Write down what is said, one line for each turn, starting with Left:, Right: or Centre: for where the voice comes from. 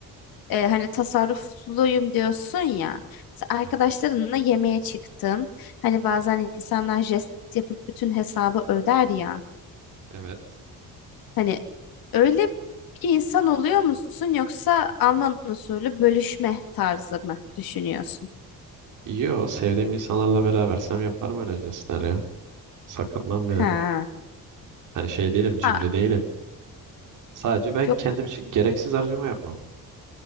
Left: Ee, hani tasarrufluyum diyorsun ya. sen Arkadaşlarınla
Right: Aha,
Left: yemeğe çıktın. Hani bazen insanlar jest yapıp bütün hesabı öder ya.
Right: evet.
Left: Hani öyle bir insan oluyor musun yoksa Alman usulü bölüşme tarzı mı düşünüyorsun?
Right: İyi o. Sevdiğim insanlarla berabersem yaparım öyle jestler ya. Sakınmam yani.
Left: Ha.
Right: Hani şey değilim, cimri
Left: Ha,
Right: değilim. Sadece ben
Left: yok.
Right: kendim için gereksiz harcama yapmam.